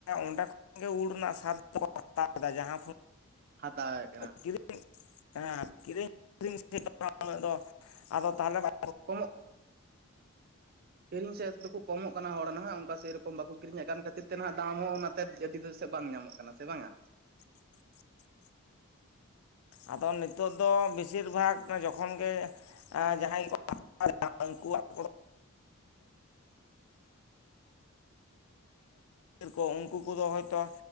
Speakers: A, on the left (about 75°); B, on the right (about 45°).
A: ᱚᱸᱰᱮ ᱠᱷᱚᱱᱜ ᱜᱮ ᱩᱞ ᱨᱮᱱᱟᱜ ᱥᱟᱫ ᱫᱚᱠᱚ ᱦᱟᱛᱟᱣᱟ ᱡᱟᱦᱟᱸ
B: ᱦᱟᱛᱟᱣᱮᱫ ᱠᱟᱱᱟ
A: ᱠᱤᱨᱤᱧ ᱦᱮᱸ ᱠᱤᱨᱤᱧ ᱟᱹᱨᱤᱧ ᱩᱱᱟᱹᱜ ᱫᱚ ᱟᱫᱚ ᱛᱟᱦᱚᱞᱮ ᱵᱟᱝ
B: ᱠᱚᱢᱚᱜ ᱠᱤᱨᱤᱧ ᱥᱮᱫ ᱫᱚᱠᱚ ᱠᱚᱢᱚᱜ ᱠᱟᱱᱟ ᱦᱚᱲ ᱱᱟᱦᱟᱜ ᱚᱱᱠᱟ ᱥᱮᱨᱚᱠᱚᱢ ᱵᱟᱠᱚ ᱠᱤᱨᱤᱧᱮᱫ ᱠᱟᱱ ᱠᱷᱟᱹᱛᱤᱨ ᱛᱮ ᱱᱟᱦᱟᱜ ᱫᱟᱢ ᱦᱚᱸ ᱚᱱᱟᱛᱮ ᱟᱹᱰᱤ ᱫᱚ ᱥᱮᱫ ᱵᱟᱝ ᱧᱟᱢᱚᱜ ᱠᱟᱱᱟ ᱥᱮ ᱵᱟᱝᱟ <unintelligible>
A: <unintelligible> ᱟᱫᱚ ᱱᱤᱛᱳᱜ ᱫᱚ ᱵᱮᱥ ᱵᱮᱥᱤᱨ ᱵᱷᱟᱜᱽ ᱡᱚᱠᱷᱚᱱ ᱜᱮ ᱡᱟᱦᱟᱸᱭ ᱠᱚ <inaudible> ᱩᱱᱠᱩᱣᱟᱜ ᱠᱚ <inaudible> ᱠᱚ ᱩᱱᱠᱩ ᱠᱚᱫᱚ ᱦᱭᱛᱚ